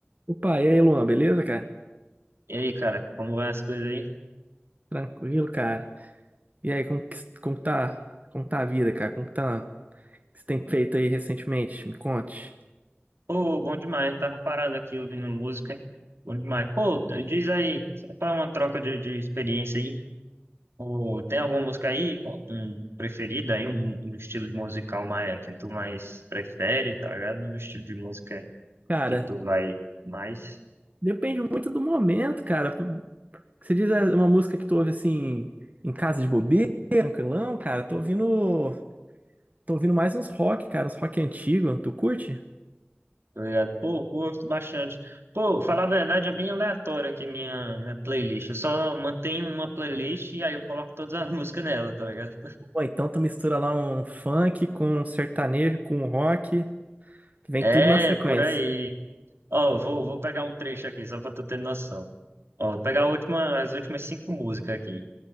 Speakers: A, on the right (about 40°); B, on the right (about 85°).
A: Opa, e aí, Luan, beleza, cara?
B: E aí, cara, como vai as coisas aí?
A: Tranquilo, cara. E aí, como que, como que tá, como tá a vida, cara? Como que tá, o que você tem feito aí recentemente? Me conte.
B: Pô, bom demais, né? tava parado aqui ouvindo música. Bom demais. Pô, t- diz aí, para uma troca de, de experiência aí. Pô, tem alguma música aí um, um preferida aí, um, um estilo de musical mais, que tu mais prefere, tá ligado? Um estilo de música
A: Cara,
B: que tu vai mais,
A: depende muito do momento, cara. Você diz é, uma música que tu ouve assim em casa de bobeira, tranquilão, cara. Tô ouvindo, tô ouvindo mais uns rock, cara, uns rock antigo. Tu curte?
B: tá ligado? Pô, curto bastante. Pô, falar a verdade, é bem aleatório aqui minha, minha playlist. Eu só mantenho uma playlist e aí eu coloco todas as <laughs> músicas nela, tá ligado?
A: Ou então tu mistura lá um funk com um sertanejo, com um rock, vem
B: É,
A: tudo na sequência.
B: por aí. Ó, vou, vou pegar um trecho aqui, só pra tu ter noção. Ó, vou pegar a última, as últimas cinco músicas aqui.